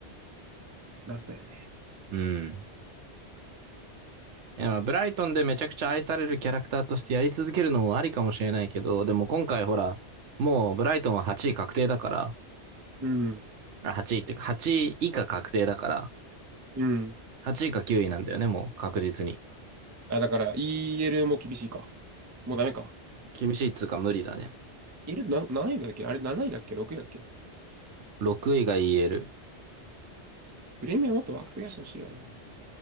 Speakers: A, on the right (about 25°); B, on the right (about 80°).
A: ラストやね。
B: うん。いや、まあ、ブライトンでめちゃくちゃ愛されるキャラクターとしてやり続けるのもありかもしれないけど、でも今回ほら、もうブライトンは8位確定だから、
A: うん。
B: あ8位っていうか、8位以下確定だから、
A: うん。
B: 8位か9位なんだよね、もう確実に。
A: あ、だから EL も厳しいか。もうダメか。
B: 厳しいっつうか無理だね。
A: いる、な、何位だっけあれ7位だっけ ?6 位だっけ
B: 6位がえる
A: プレミアもっと枠増やしてほしいよな。